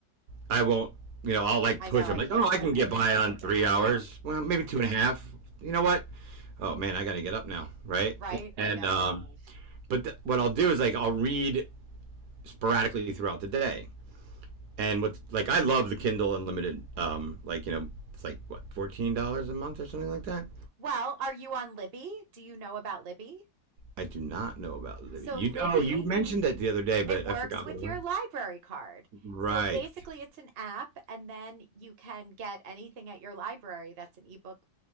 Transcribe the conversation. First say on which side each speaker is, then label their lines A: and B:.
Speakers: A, on the right (about 65°); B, on the right (about 45°).
A: I won't. You know, I'll like
B: I
A: push.
B: know, I
A: I'm like,
B: can't
A: oh, I
B: put,
A: can get
B: I can't
A: by
B: put
A: on
B: it
A: three
B: down.
A: hours. Well,
B: Yeah.
A: maybe two and a half. You know what? Oh man, I got to get up now, right?
B: Right?
A: And
B: I know.
A: um, but th- what I'll do is like I'll read sporadically throughout the day. And what's like I love the Kindle Unlimited. Um, like you know, it's like what fourteen dollars a month or something like that.
B: Well, are you on Libby? Do you know about Libby?
A: I do not know about Libby.
B: So
A: You
B: Libby,
A: oh, you mentioned that the other day, but
B: it works
A: I forgot
B: with
A: what it
B: your
A: was.
B: library card.
A: Right.
B: So basically, it's an app, and then you can get anything at your library that's an ebook